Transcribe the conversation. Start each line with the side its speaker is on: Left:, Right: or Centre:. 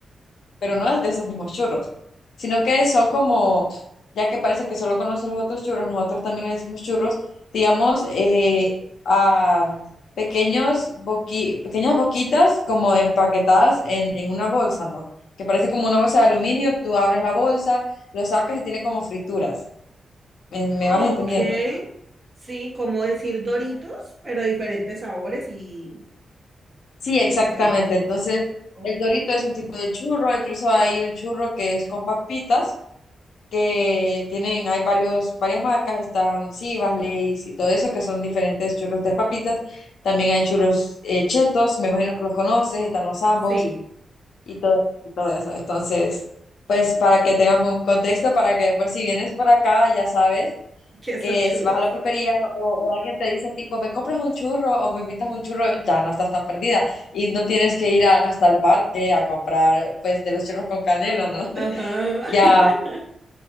Left: pero no es de esos mismos churros, sino que son como, ya que parece que solo conoces los otros churros, nosotros también le decimos churros, digamos, eh, a pequeños boqui- pequeñas boquitas como empaquetadas en, en una bolsa, ¿no? Que parece como una bolsa de aluminio, tú abres la bolsa, lo sacas y tiene como frituras. ¿Me, me
Right: Ok,
Left: vas entendiendo?
Right: sí, como decir Doritos, pero diferentes sabores y,
Left: Sí, exactamente.
Right: y presentación.
Left: Entonces,
Right: Oh,
Left: el dorito es un tipo de churro, incluso hay un churro que es con papitas que tienen, hay varios, varias marcas, están Sivas, Lay's y todo eso, que son diferentes churros de papitas. También hay churros eh, chetos, me imagino que los conoces, están los ambos
Right: Sí,
Left: y todo, y todo eso. Entonces, pues para que tengas un contexto, para que por si vienes por acá, ya sabes
Right: que son
Left: que
Right: churros.
Left: es- vas a la pulpería o, o alguien te dice tipo, me compras un churro o me invitas un churro, ya no estás tan perdida y no tienes que ir hasta el parque a comprar pues de los churros con canela, ¿no?
Right: Ajá.
Left: <laughs> Ya
Right: <laughs>